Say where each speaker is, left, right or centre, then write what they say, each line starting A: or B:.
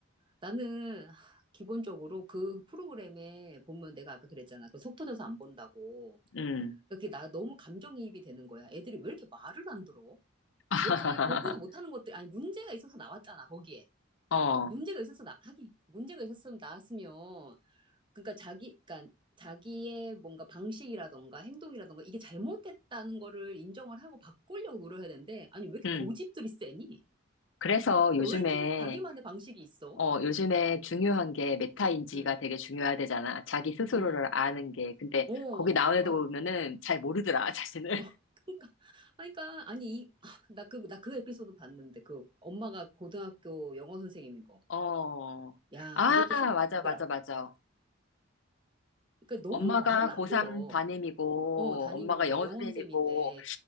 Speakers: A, on the right; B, on the left.
A: 나는 하, 기본적으로 그 프로그램에 보면 내가 아까 그랬잖아. 그 속 터져서 안 본다고.
B: 음,
A: 그게 나 너무 감정이입이 되는 거야. 애들이 왜 이렇게 말을 안 들어?
B: <laughs>
A: 왜 이렇게 공부도 못하는 것들, 아니, 문제가 있어서 나왔잖아, 거기에.
B: 어,
A: 문제가 있어서 나, 하긴, 문제가 있었으면 나왔으면 그러니까 자기, 그러니까 자기의 뭔가 방식이라던가 행동이라던가 이게 잘못했다는 거를 인정을 하고 바꾸려고 노력해야 되는데, 아니, 왜 이렇게
B: 음.
A: 고집들이 세니?
B: 그래서 요즘에
A: 왜 이렇게 자기만의 방식이 있어?
B: 어, 요즘에 중요한 게 메타인지가
A: 응,
B: 되게 중요하대잖아. 자기 스스로를
A: 응,
B: 아는 게. 근데
A: 어,
B: 거기 나온 애들
A: 맞아.
B: 보면은 잘 모르더라, 자신을.
A: 어, <laughs> 그러니까, 아니, 그러니까, 아니, 이, 아, 나 그, 나 그 에피소드 봤는데, 그 엄마가 고등학교 영어 선생님인 거.
B: 어.
A: 야,
B: 아,
A: 그것도 속이더라.
B: 맞아, 맞아, 맞아.
A: 그러니까
B: 엄마가
A: 너무 말을 안
B: 고3
A: 들어.
B: 담임이고,
A: 어, 담임인데,
B: 엄마가 영어
A: 영어
B: 선생님이고,
A: 선생님인데,